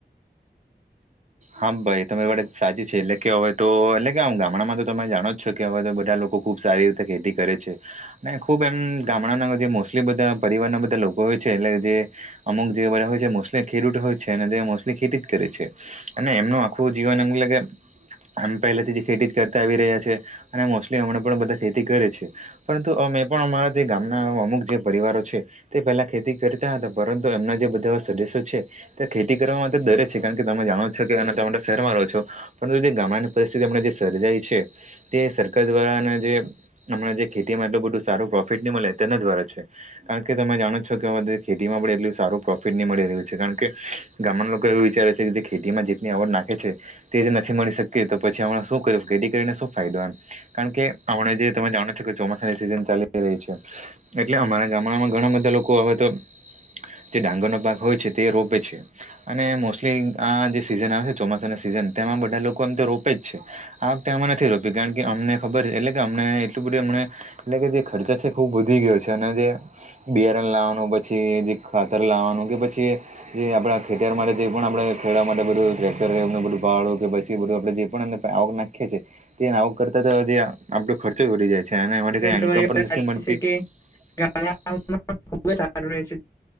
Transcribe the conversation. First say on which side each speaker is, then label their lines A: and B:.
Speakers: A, on the right (about 40°); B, on the left (about 15°).
A: હા ભાઈ તમારી આ વાત સાચી છે એટલે કે અવે તો એટલે કે એમ ગામડામાં તો તમે જાણો જ છો કે અવે તો બધા લોકો ખુબ સારી રીતે ખેતી કરે છે. અને ખુબ એમ ગામડાના જે મોસ્ટલી બધા પરિવારના બધા લોકો હોય છે એટલે જે અમુક જે બધા હોય છે, મોસ્લી ખેડૂત હોય છે અને તે મોસ્લી ખેતી જ કરે છે. અને એમનું આખું જીવન એટલે કે આમ પહેલાથી જે ખેતી જ કરતા આવી રહ્યા છે, અને મોસ્ટલી અમણાં પણ બધા ખેતી કરે છે. પરંતુ અમે પણ અમારા જે ગામના અમુક જે પરિવારો છે. તે પેલા ખેતી કરતા હતા, પરંતુ એમના જે બધા સદસ્યો છે. તે ખેતી કરવા માટે ડરે છે. કારણ કે તમે જાણો જ છો. કે તમે તો શહેરમાં રહો છો, પરંતુ જે ગામડાની પરિસ્થિતિ અમના જે સર્જાય છે. તે સરકાર દ્વારા અને જે અમણાં જે ખેતીમાં એટલ બધું સારું પ્રોફિટ ની મળે તેના દ્વારા છે. કારણ કે તમે જાણો છો કે અવે તો ખેતીમાં પણ એટલું સારું પ્રોફિટ ની મળી રહ્યું છે કારણ કે ગામડાના લોકો એવું વિચારે છે કે ખેતીમાં જેટલી આવક નાખે છે, તે જે નથી મળી શકતી તો પછી અમણાં શું કર ખેતી કરીને શું ફાયદો એમ. કારણ કે અમણાં જે તમે જાણો છો કે ચોમાસાની સિઝન ચાલ રહી છે. એટલે અમારા ગામડામાં ઘણા બધા લોકો અવે તો જે ડાંગરનો પાક હોય છે તે રોપે છે, અને મોસ્ટલી આ જે સીઝન આવે છે ચોમાસાના સિઝન તેમાં બધા લોકો એમ તો રોપે જ છે. આવકતે અમે નથી રોપ્યું કારણ કે અમને ખબર એટલે કે અમને એટલું બધું અમણે એટલે કે જે ખર્ચા છે ખુબ વધી ગયો છે અને જે બિયારણ લાવાનું પછી જે ખાતર લાવાનું કે પછી જે આપડા ખેતર માટે જે પણ આપણે ખેડવા માટે બધું ટ્રેક્ટરો એમને બધું ભાડું કે પછી બધું આપડે જે પણ આવક નાખીએ છે. તે આવક કરતા તો જે આપડો ખર્ચો જ વધી જાય છે અને એમાંથી કઈ
B: તમારી
A: ઇન્કમ પણ
B: વાત સાચી
A: નથી મળતી.
B: છે કે
A: <inaudible>
B: ગામડાઓમાં ખુબ સારું રહે છે.